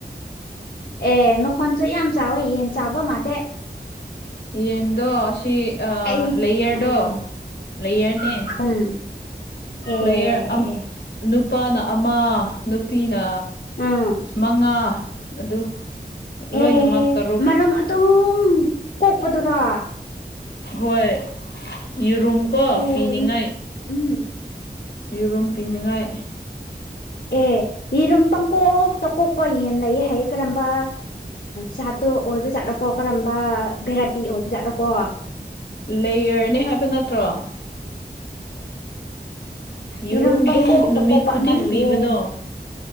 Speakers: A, on the left (about 60°); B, on the left (about 75°).
A: ꯑꯦ ꯃꯈꯣꯟꯁꯨ ꯌꯥꯝ ꯆꯥꯎꯋꯦ ꯌꯦꯟ ꯆꯥꯎꯕ ꯃꯥꯜꯂꯦ
B: ꯌꯦꯟꯗꯣ ꯑꯁꯤ ꯑ
A: ꯑꯩ
B: ꯂꯩꯌꯔꯗꯣ
A: ꯑꯥ
B: ꯂꯩꯌꯔꯅꯦ
A: ꯎꯝ ꯑꯦ
B: ꯂꯩꯌꯔ ꯑꯝ
A: ꯑꯦ ꯑꯦ
B: ꯅꯨꯄꯥꯅ ꯑꯃ ꯅꯨꯄꯤꯅ
A: ꯑꯥ
B: ꯃꯉꯥ ꯑꯗꯨ ꯂꯣꯏꯅꯃꯛ
A: ꯑꯦꯍꯦ
B: ꯇꯔꯨꯛ
A: ꯃꯔꯝ ꯑꯗꯨꯝ ꯀꯣꯛꯄꯗꯔ
B: ꯍꯣꯏ ꯌꯦꯔꯨꯝ ꯀꯣ
A: ꯑꯦ
B: ꯄꯤꯅꯤꯡꯉꯥꯏ
A: ꯎꯝ
B: ꯌꯦꯔꯨꯝ ꯄꯤꯅꯤꯡꯉꯥꯏ
A: ꯑꯦ ꯌꯦꯔꯨꯝ ꯄꯪꯀꯣꯛ ꯇ ꯀꯣꯛꯄ ꯌꯦꯟ ꯂꯩꯌꯦ ꯍꯥꯏꯌꯦ ꯀꯔꯝꯕ ꯖꯥꯠꯇꯣ ꯑꯣꯏꯕꯖꯥꯠꯅꯣꯀꯣ ꯀꯔꯝꯕ ꯚꯦꯔꯥꯏꯇꯤ ꯑꯣꯏꯕꯖꯥꯠꯅꯣꯀꯣ
B: ꯂꯩꯌꯔꯅꯦ ꯍꯥꯏꯕ ꯅꯠꯇ꯭ꯔꯣ ꯌꯦꯔꯨꯝꯗꯨꯝ
A: ꯌꯦꯔꯨꯝ ꯄꯪꯀꯣꯛꯇ
B: ꯅꯨꯃꯤꯠ
A: ꯀꯣꯛꯄ
B: ꯈꯨꯗꯤꯡ
A: ꯑꯃ ꯂꯩꯌꯦꯅ
B: ꯄꯤꯕꯗꯣ